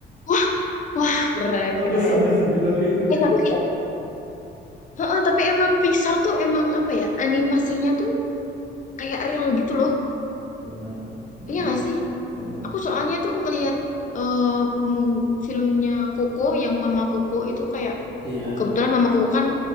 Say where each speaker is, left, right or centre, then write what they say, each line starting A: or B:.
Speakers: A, on the left; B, on the right.
A: wah, wah, keren,
B: sampai
A: keren.
B: sampai sedetail itu dia.
A: Eh, tapi Heeh, tapi emang Pixar tuh emang apa ya animasinya tuh kayak real gitu loh
B: Bener, bener,
A: iya gak sih
B: bener.
A: aku soalnya tuh ngelihat eh, mu- filmnya Koko yang Mama Koko itu kayak
B: Iya,
A: kebetulan Mama Koko kan